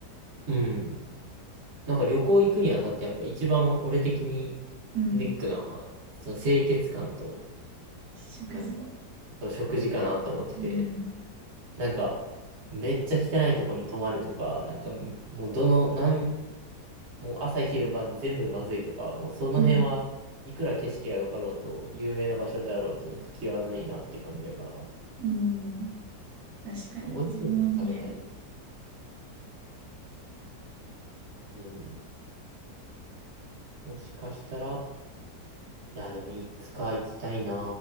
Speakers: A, on the right (about 50°); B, on the right (about 70°).
A: うん。なんか旅行行くにあたってやっぱ一番俺的に
B: うん。
A: ネックなのは、その清潔感と、
B: 食事
A: なんか、その食事かなって思ってて、
B: うん。
A: なんか、めっちゃ汚いとこに泊まるとか、なんか、もうどの、なん、もう朝昼晩全部まずいとか、もうその辺はいくら景色が良かろうと、
B: うん。
A: 有名な場所であろうと行く気はないなって感じやから、
B: うん。確かに。
A: 美味しいもの食べたいね。
B: 自分も言えん。
A: うん。もしかしたら、いや、でもいつか行きたいな